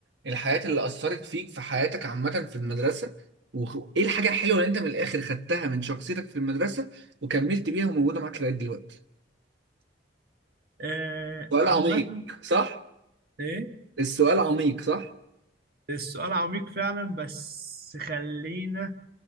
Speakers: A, on the right; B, on the right.
A: الحاجات اللي اثرت فيك في حياتك عامه في المدرسه وايه الحاجه الحلوه اللي انت من الاخر خدتها من شخصيتك في المدرسه وكملت بيها وموجوده معاك لغايه دلوقتي
B: آه
A: سؤال
B: عامه
A: عميق صح
B: ايه
A: السؤال عميق صح
B: السؤال عميق فعلا بس خلينا